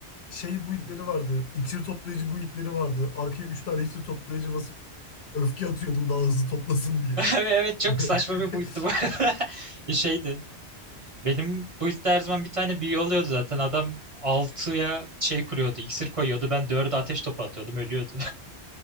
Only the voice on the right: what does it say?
<laughs> Evet çok
saçma bir build'di bu arada. <laughs> Şeydi. Benim build'de her zaman bir tane büyü oluyordu zaten. Adam altıya şey kuruyordu, iksir koyuyordu. Ben 4'e ateş topu atıyordum, ölüyordu.